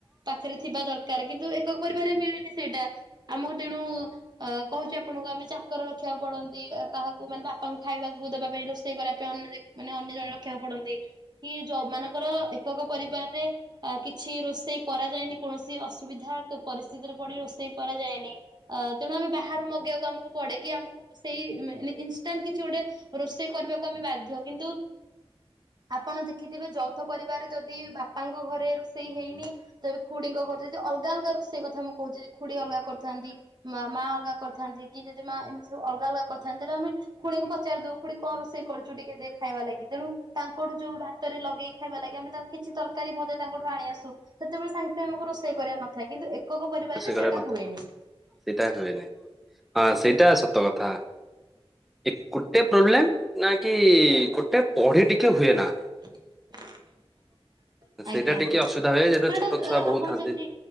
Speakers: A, on the right; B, in the centre.
A: ପାଖରେ ଥିବା ଦରକାର କିନ୍ତୁ ଏକକ ପରିବାରେରେ ମିଳେନି। ସେଇଟା ଆମକୁ ତେଣୁ ଅ କହୁଛି ଆପଣଙ୍କୁ ଆମେ ଚାକର ରଖିବାକୁ ପଡନ୍ତି। ପୁଅ ମାନେ ବାପାଙ୍କୁ ଖାଇବାକୁ ଦେବା ପାଇଁ ରୋଷେଇ କରିବା ପାଇଁ ଅ ମାନେ ଅନ୍ୟ ଜଣେ ରଖିବାକୁ ପଡନ୍ତି କି ଯୋଉ ମାନଙ୍କର ଏକକ ପରିବାରରେ କିଛି ରୋଷେଇ କରାଯାଏନି କୌଣସି ଅସୁବିଧା ପରିସ୍ଥିତିରେ ପଡି ରୋଷେଇ କରାଯାଏନି ଅ ତେଣୁ ଆମେ ବାହାରୁ ମଗେଇବାକୁ ଆମକୁ ପଡେ କିି ଆମକୁ ସେଇ ଇନଷ୍ଟାଣ୍ଟ କିଛି ଗୋଟେ ରୋଷେଇ କରିବାକୁ ଆମେ ବାଧ୍ୟ କିନ୍ତୁ ଆପଣ ଦେଖିଥିବେ ଯୌଥ ପରିବାର ଯଦି ବାପାଙ୍କ ଘରେ ରୋଷେଇ ହେଇନି ତେବେ ଖୁଡିଙ୍କ ଘରେ ଯଦି ଅଲଗା ଅଲଗା ରୋଷେଇ କଥା ମୁଁ କହୁଛି ଯଦି ଖୁଡି ଅଲଗା କରିଥାନ୍ତି ମା ଅଲଗା କରିଥାନ୍ତି କି ଯଦି ମା ଏମିତି ସବୁ ଅଲଗା ଅଲଗା କରିଥାନ୍ତି ତାହେଲେ ଆମେ ଖୁଡିଙ୍କୁ ପଚାରି ଦଉ ଖୁଣି କଣ ରୋଷେଇ କରୁଛୁ ଟିକେ ଟେ ଖାଇବା ଲାଗି ତେଣୁ ତାଙ୍କଠୁ ଯୋଉ ଭାତରେ ଲଗେଇ ଖାଇବା ଲାଗି ଆମେ ତା କିଛି ତରକାରୀ ଭଜା ତାଙ୍କଠୁ ଆଣି ଆସୁ। ସେତେବେଳେ ସାଙ୍ଗେ ସାଙ୍ଗେ ଆମକୁ ରୋଷେଇ କରିବା ନଥାଏ। କିନ୍ତୁ ଏକକ ପରିବାରରେ
B: ରୋଷେଇ କରିବାକୁ
A: ସେଇଟା
B: ନଥାଏ
A: ହୁଏନି।
B: ସେଇଟା ହୁଏନିଁ ହଁ ସେଇଟା। କଥା ଏ ଗୋଟେ ପ୍ରୋବ୍ଲେମ ନା କି ଗୋଟେ ପଢି ଟିକେ ହୁଏ ନା।
A: <inaudible>
B: ସେଇଟା
A: ଆଜ୍ଞା
B: ଟିକେ
A: ଆଜ୍ଞା
B: ଅସୁବିଧା ହୁଏ ଯେତେ
A: ସେଟା
B: ଛୋଟ ଛୁଆ ବହୁତ
A: ଆପଣ
B: ଥାନ୍ତି
A: ଯେମତି